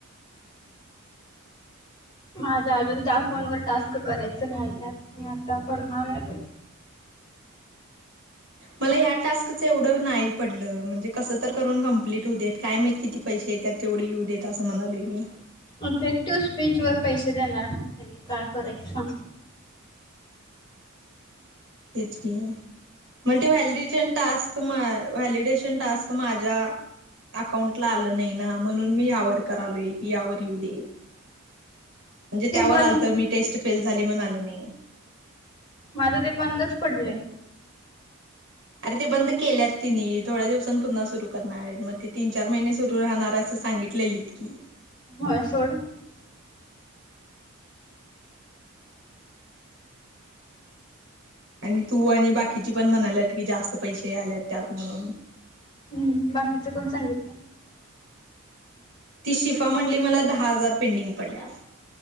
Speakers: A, on the left; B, on the right.
A: माझ आजून त्या फोनवर टास्क करायचं राहिल्यात, मी आता करणार आहे बाई.
B: मला ह्या टास्कच एवढं नाही पडलं म्हणजे कसं तर करून कम्प्लीट होऊ देत काय माहीत किती पैसेे येत्यात तेवढ येऊ देत असं म्हणालोय मी.
A: इफेक्टिव्ह स्पीच वर पैसे देणार मग त्यांनी काय करायच सांग?
B: तेच की मला ते व्हॅलिडेशन टास्क व्हॅलिडेशन टास्क माझ्या अकाउंट ला आलं नाही ना म्हणून मी यावर करालोय की यावर येऊदे. म्हणजे
A: ते
B: त्यावर
A: बंद
B: आलत मी टेस्ट फेल झाली म्हणून आल नाही.
A: माझं ते बंदच पडलंय.
B: आरे ते बंद केल्यात तेनी थोड्या दिवसांन पुन्हा सुरू करणार आहेत मग ते तीन चार महिने सुरू राहणार असं सांगित लेलीत की.
A: होय सोड.
B: आणि तू आणि बाकीची पण म्हणाल्यात की जास्त पैसे याल्यात त्यात म्हणून.
A: हम्म, बाकीच कोण सांगितलं?
B: ती शिफा म्हटली मला दहा हजार पेंडिंग पडल्यात.